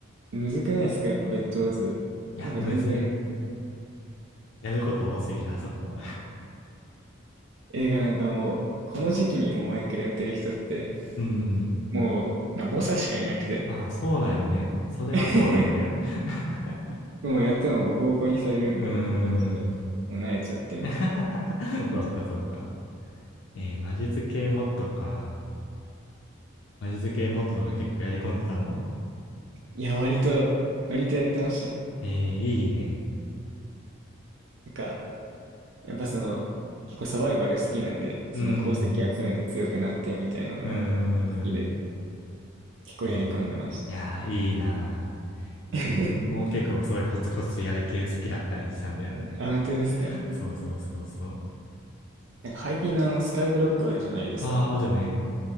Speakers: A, on the right; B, on the left.
A: むずくないですかやっぱベッドウォーズ。
B: いや、
A: なんか全然、
B: むずい。やること多すぎる、あそこ。<laughs>
A: 映画なんかもう、この時期にもうマイクラやってる人って、
B: うん。
A: もう、な、猛者しかいなくて。
B: まあ、そうだよね。それはそうなんだよ。
A: <laughs>
B: <laughs>
A: 僕もうやってもボコボコにされるんで、
B: うーん。
A: ちょっともう慣れちゃってみたいな
B: <laughs>
A: 感じで。
B: そうか、そうか。えー魔術系モッドか。魔術系モッドとか結構やり込んでたの
A: いや、割と、割とやってましたね。
B: えーいいね。
A: なんか、やっぱその、結構サバイバル好きなんで、その鉱石集めて強くなってみたいなのが好
B: うん。うー
A: きで、
B: ん。
A: 結構やり込んでました。
B: いいね。いやー、いいなー。
A: <laughs>
B: 自分も結構そういうコツコツやる系好きだったりしたんだよね。
A: あ、本当ですか。
B: <laughs> そうそうそうそう。
A: なんかハイピーのあのスカイブロックあるじゃないですか。
B: ああ、あるね。